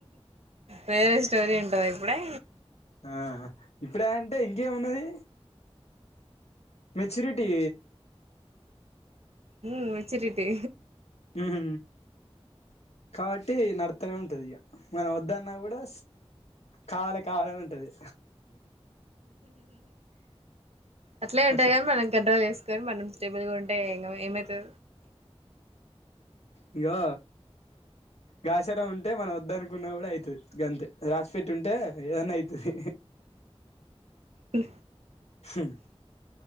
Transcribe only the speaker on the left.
ఆ ఇప్పుడే అంటే ఇంకేమున్నది మెచ్యూరిటీ
హ కాబట్టి నడతనే ఉంటది ఇక మనం వద్దన్న కూడా కావాలి కావాలని ఉంటుంది
అట్లా
ఇంకాో గాచర ఉంటే మనం వద్ద అనుకున్న కూడా అవుతుది గంతే రాసీపేట్ ఉంటే ఏదేనా అయితాది
హ